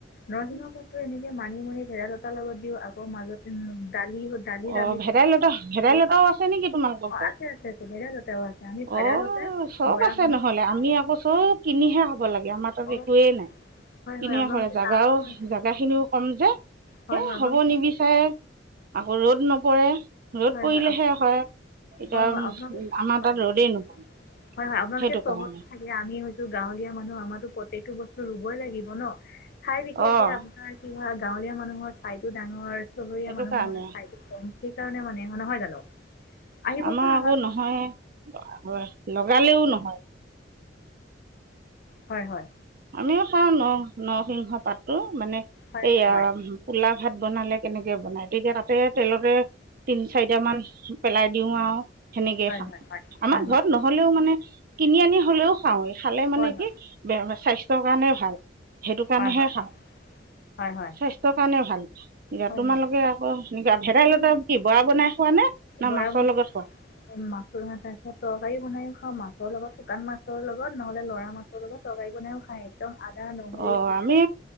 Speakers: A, on the left (about 55°); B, on the right (about 50°).
A: নৰসিংহ পাততু এনেকে মানি মানি ভেৰালতাৰ লগত দিও আগৰ মাজতে দালি দালিত
B: অ
A: আমি
B: ভেদাইলতা
A: ধুনীয়াকৈ
B: ভেদাইলতাও আছে নেকি তোমালোকৰ
A: অঁ
B: ঘৰত
A: আছে আছে আছে ভেদাইলতাও আছে আমি ভেদাইলতাৰ
B: অ চব
A: বৰা
B: আছে
A: বনাই
B: নহলে
A: খাওঁ
B: আমি আকৌ চব কিনিহে খাব লাগে আমাৰ তাত
A: অঁ
B: একোৱেই নাই
A: হয়
B: কিনিহে
A: হয় আপোনালোকে
B: কৰে জাগ
A: তাৰ
B: বাৰু
A: হয়
B: জাগা খিনিও কম যে
A: হয়
B: হে
A: হয় আপোনালোকে
B: হ'ব নিবিচাৰে আকৌ ৰ'দ নপৰে ৰ'দ
A: হয়
B: পৰিলেহে
A: আপ
B: হয় এতিয়া
A: হয় হয় আপোনালোক,
B: আমাৰ
A: হয়
B: তাত
A: হয়,
B: ৰ'দেই নপৰে
A: হয় হয় আপোনালোকে
B: সেইটো
A: চহৰত
B: কাৰণে
A: থাকে, আমি হৈছো গাঁৱলীয়া মানুহ, আমাতো পত তিটো বস্তু ৰুবই লাগিব ন। ঠাই বিশেষে
B: অঁ
A: আপোনাৰ কি হয় গাঁৱলীয়া মানুহৰ ঠাইটো ডাঙৰ চুবুৰীয়া
B: সেইটো
A: মানুহৰ
B: কাৰণে
A: ঠাইতো কম। সেইকাৰণে মানে, নহয় জানো? আহিবচোন
B: আমাৰ আকৌ
A: ঘৰৰ
B: নহয়, লগালেও নহয়।
A: হয়, হয়।
B: আমিও খাওঁ ন-নৰসিংহ পাতটো, মানে
A: হয়
B: এইয়া,
A: হয় হয়
B: পোলাপ ভাত বনালে কেনেকে বনাই, তেতিয়া তাতে, তেলতে তিন চাৰিটামান পেলাই দিও আও। সেনেকেই
A: হয়
B: খাওঁ। আমাৰ
A: হয় হয় হয় হয় হয়
B: ঘৰত নহ'লেও মানে কিনি আনি হ'লেও চাউল খালে মানে
A: হয় হয়
B: কি, বেয়া বছ স্বাস্থ্যৰ কাৰণে ভাল। সেইটো কাৰণেহে
A: হয় হয় হয়
B: খাওঁ,
A: হয় হয়
B: স্বাস্থ্যৰ কাৰণে ভাল, ইয়াত
A: হয়
B: তোমালোকে
A: হয়
B: আকৌ তুমি কোৱা ভেডাইলতা কি বৰা বনাই খোৱা নে না
A: বৰা
B: মাছৰ
A: বন
B: লগত খোৱা
A: <inaudible> মাছৰ, তাৰপিছত তৰকাৰী বনাইও খাওঁ, মাছৰ লগত শুকান মাছ ছৰ লগত, নহ'লে লৰা মাছৰ লগত তৰকাৰী বনাইও খায়, একদম আদা নহৰু
B: অ'
A: পিঁয়াজ
B: আমি,